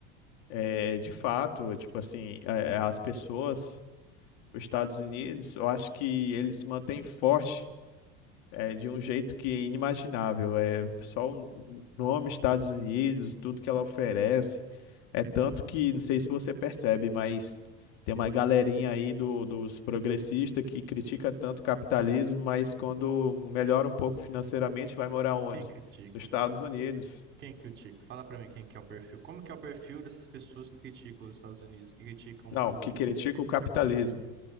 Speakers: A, on the left (about 65°); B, on the right (about 40°).
A: é, de fato, tipo assim, é, é, as pessoas, os Estados Unidos, eu acho que ele se mantém forte é, de um jeito que é inimaginável. É só o nome Estados Unidos, tudo que ela oferece. É tanto que, não sei se você percebe, mas tem uma galerinha aí do, dos progressistas que critica tanto o capitalismo, mas quando melhora um pouco financeiramente, vai morar onde?
B: Quem critica?
A: Nos Estados Unidos.
B: Quem critica? Fala pra mim quem que é o perfil. Como que é o perfil dessas pessoas que criticam os Estados Unidos, que criticam
A: Não,
B: o...
A: que critica o capitalismo.